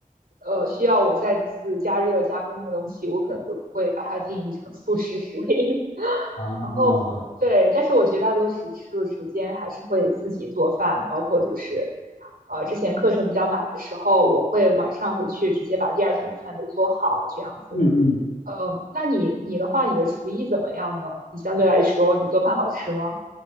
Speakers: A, on the right; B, on the left.
A: 呃需要我再次加热加工的东西，我可能都不会把它定义成素食食品。<laughs>
B: 啊，
A: 然后对，但是我绝大多时数时间还是会自己做饭，包括就是，呃，之前课程比较满的时候，我会晚上回去直接把第二天的饭都做好这样子。
B: 嗯嗯，
A: 嗯，那你你的话，你的厨艺怎么样呢？你相对来说，你做饭好吃吗？